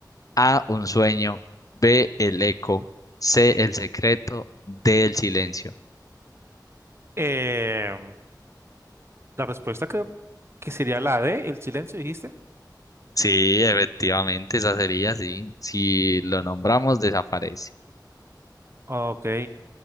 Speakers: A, on the left; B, on the right.
A: A, un sueño. B, el eco. C, el secreto. D, el silencio.
B: Eh, la respuesta creo que sería la D, el silencio dijiste.
A: Sí, efectivamente, esa sería, sí. Si lo nombramos, desaparece.
B: Ok.